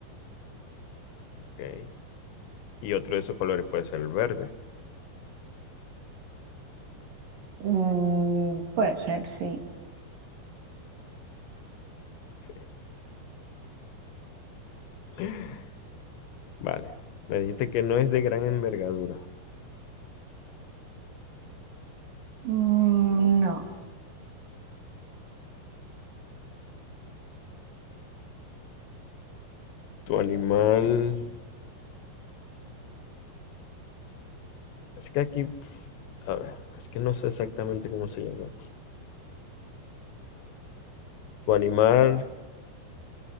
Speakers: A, on the left; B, on the right.
A: Ok. Y otro de esos colores puede ser el verde.
B: Mm, puede ser, sí.
A: Ok. <laughs> Vale. Me dijiste que no es de gran envergadura.
B: Mm, no.
A: Tu animal... Es que aquí... A ver, es que no sé exactamente cómo se llama. Tu animal